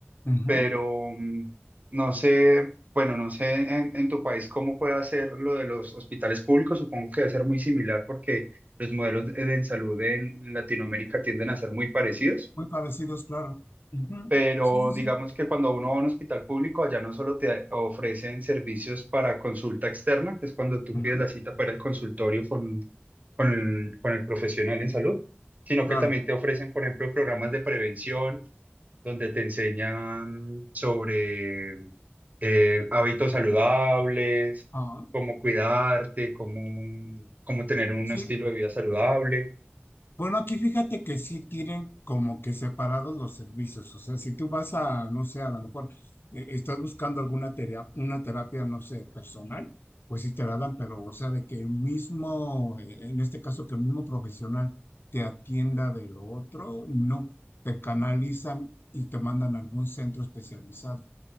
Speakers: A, on the left; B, on the right.
A: Ujú.
B: pero mm, no sé, bueno, no sé en, en tu país cómo puede ser lo de los hospitales públicos, supongo que debe ser muy similar porque los modelos de, de salud en Latinoamérica tienden a ser muy parecidos,
A: Muy parecidos, claro. Ujú.
B: pero
A: Sí, sí, sí.
B: digamos que cuando uno va a un hospital público, allá no solo te ofrecen servicios para consulta externa, que es cuando tú
A: Ujú.
B: pides la cita para el consultorio con con el, con el profesional en salud, sino
A: Claro.
B: que también te ofrecen, por ejemplo, programas de prevención donde te enseñan sobre eh, hábitos saludables,
A: Ah,
B: cómo cuidarte, cómo, cómo tener un
A: sí.
B: estilo de vida saludable.
A: Bueno, aquí fíjate que sí tienen como que separados los servicios. O sea, si tú vas a, no sé, a lo mejor eh, estás buscando alguna terapia, una terapia, no sé, personal, pues sí te la dan, pero o sea, de que el mismo, eh, en este caso, que el mismo profesional te atienda de lo otro, no, te canalizan y te mandan a algún centro especializado.